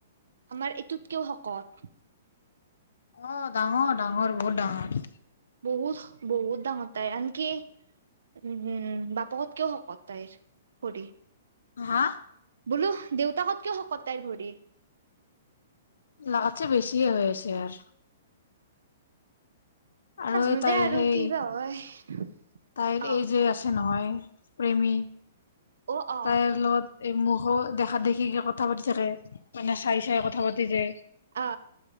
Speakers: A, on the right; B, on the left.
A: আমাৰ এইটোতকেও শকত
B: আহ ডাঙৰ -ডাঙৰ বহুত ডাঙৰ
A: বহুত- বহুত ডাঙৰ তায় আনকি উ উম বাপেকেও শকত তাইৰ ভৰি
B: হা
A: বোলো দেউতাকত কেয় শকত তাইৰ ভৰি
B: লাগাছে বেছি হৈ আছে আৰ আৰু
A: নাজনো
B: এই তাইৰ
A: দে আৰু
B: সেই
A: কি বা হয়।
B: তাইৰ
A: অ
B: এই যে আছে নহয় প্ৰেমী।
A: অ অ
B: তাইৰ লগত এই মুখো দেখাত দেখি কথা পাতি থাকে মানে চাই- চাই কথা পাতি যে।
A: অ